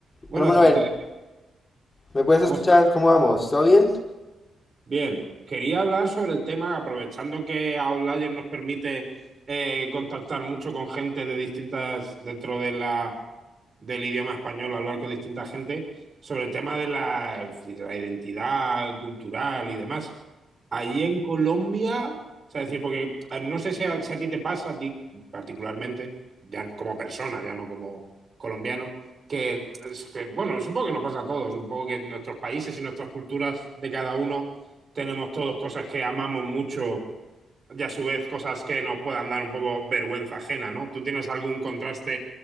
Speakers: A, on the right; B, on the left.
A: Buenas,
B: Hola Manuel,
A: Andrés.
B: ¿me puedes
A: ¿Cómo
B: escuchar?
A: estás?
B: ¿Cómo vamos? ¿Todo bien?
A: Bien. Quería hablar sobre el tema, aprovechando que Outlier nos permite eh, contactar mucho con gente de distintas, dentro de la del idioma español, hablar con distinta gente sobre el tema de la, de la identidad cultural y demás. Allí en Colombia, o sea, es decir, porque eh, no sé si a, si a ti te pasa, a ti particularmente, ya como persona, ya no como colombiano, que, es que, bueno, supongo que nos pasa a todos, un poco que en nuestros países y nuestras culturas de cada uno tenemos todos cosas que amamos mucho y a su vez cosas que nos puedan dar un poco vergüenza ajena, ¿no? ¿Tú tienes algún contraste